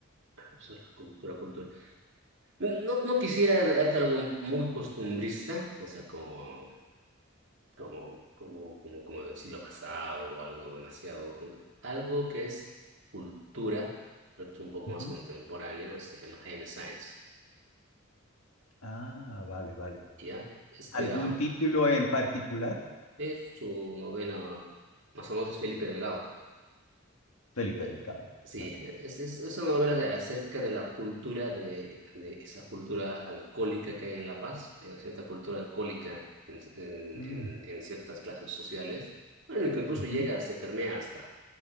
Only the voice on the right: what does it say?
Eso, la Cultura, cultura. No, no quisiera darte algo muy costumbrista, o sea, como como, como, como, como del siglo pasado o algo demasiado, como- algo que es cultura, pero que es un poco
más contemporáneo, se llama Jaime Science
¿ya? Este
era,
es su novela más famosa es Felipe Delgado.
Eh,
Sí,
es, es, es una novela de- acerca de la cultura de, de esa cultura alcohólica que hay en La Paz. Hay una cierta cultura alcohólica en, en,
en- en ciertas clases sociales. Bueno, que incluso
llega, se permea hasta,